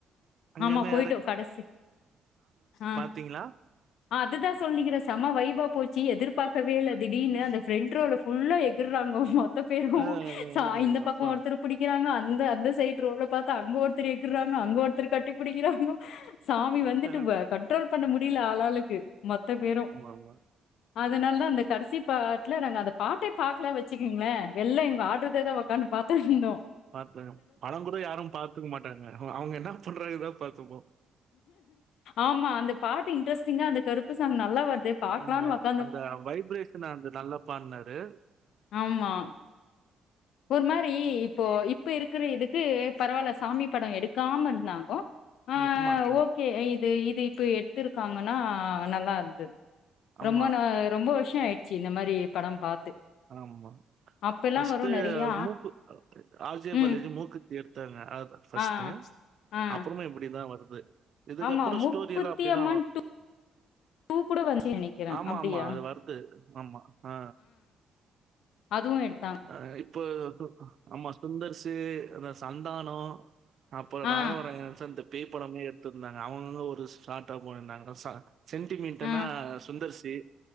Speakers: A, on the right (about 60°); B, on the left (about 80°).
A: அங்க
B: ஆமா
A: என்ன
B: போய்ட்டோ கடைசி ஆ
A: த்தீங்களா
B: ஆ அது தா சொல்லிக்கறே செமா வைப்பா போச்சு எதிர் பாக்கவே இல்ல
A: அ
B: திடீனு அந்த ஃபெண்ட் ரோல் ஃபுல்லா எகுறாங்க. மொ த்த பேரு
A: ஆ
B: சா இந்த பக்க
A: அப்பா
B: ஒருத்தர புடிக்கிறாங்க அந்த அந்த சைட் ரோல பாத்தா அங்க ஒரு த்தர் ஏகுராங்க அங்க ஒருத்தரு கட்டி புடிக்கிறாங்கோ சாமி வந்துட்டு
A: ஆமா
B: வ கண்ட்ரோல் பண்ண முடில ஆளாளுக்கு மொத்த பேரு
A: ஆமா
B: அதனால தா அந்தக் கடைசி பாட்டுல நாங்க அந்த பாட்டே பாக்கல வச்சுக்கிங்களே எல்லா ஆடுறதே தா உக்காந்து பாத்துனுருந்தோ
A: பா பட கூட யாரு பாத்துக்க மாட்டாங்க அவ அவங்க என்ன பண்றாங்கறதா பாத்துருப்போ
B: ஆமா அந்த பாட்டு இன்ட்ரெஸ்டிங்கா அந்த கருப்பு சாங் நல்லா வருதே பாக்கலான்னு
A: ஆமா
B: உக்
A: அந்த வைப்ரேஷன்ல அந்த நல்லா பாட்ண்னாரு
B: ஆமா ஒரு மாரி இப்போ இப்ப இருக்கிற இதுக்கு பரவால்ல சாமி பட எடு க்காம இருந்தங்கோ ஆ
A: ஆமா ஆமா
B: ஓகே இது இது இப்போ எ த்துருக்காங்கன்னா நல்லா இருந்தது
A: ஆமா
B: ரொம்ப நா ரொம்ப வருஷ ஆ யிருச்சி இந்த மாரி பட பாத்து
A: ஆமா
B: அப்பெல்லா
A: ஃபர்ஸ்ட்டு
B: வரு நெறையா
A: டு மூக்கு ஆர் ஜே
B: ம்
A: பாலாஜி மூக்குத்தி எடுத்தாங்க ஃபர்ஸ்ட்டு
B: ஆ ஆ
A: அப்புறமு இப்படிதா வருது இதுக்குகப்பற
B: ஆமா மூக்குத்தி
A: ஸ்டோரி எல்லா அப்படிதா
B: அம்மன் டூ கூட வந்துச்சு நெனைக்கிறே
A: ஆமா
B: அப்டியா
A: ஆமா அது வரு து ஆமா ஆ.
B: அதுவும் வேணு
A: அ இப்ப ஆமா சுந்தர் சி அந்த சந்தானோ அப்பறோ
B: ஆ
A: ராகவாராயன் சார் இந்த பேய்ப்படமே எடுத்திருந்தாங்க அவங்களுக்கு ஒரு ஸ்டார்டா போயிருந்தாங்க சா சென்டிமீட்டுனா
B: ஆ
A: சுந்தர் சி